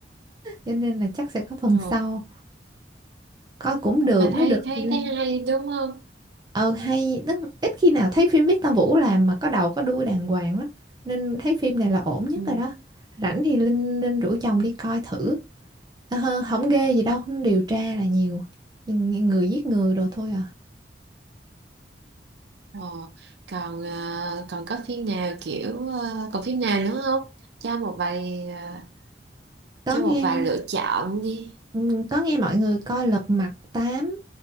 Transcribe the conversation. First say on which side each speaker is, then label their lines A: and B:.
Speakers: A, on the right; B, on the right.
A: cho nên là chắc sẽ có phần
B: Ờ.
A: sau coi cũng được
B: mà thấy
A: nó được
B: thấy
A: thì lên
B: thấy hay đúng không
A: ờ hay tức ít khi nào thấy phim Victor Vũ làm mà có đầu có đuôi đàng hoàng lắm nên thấy phim này là ổn nhất
B: ừ.
A: rồi đó rảnh thì Linh Linh rủ chồng đi coi thử Ờ, không ghê gì đâu nó điều tra là nhiều Nhưng người giết người đồ thôi à
B: ờ. còn ờ, còn có phim nào kiểu ờ, còn phim nào nữa không cho một vài ờ,
A: có
B: cho
A: nghe
B: một vài lựa chọn đi
A: ừ, có nghe mọi người coi Lật Mặt 8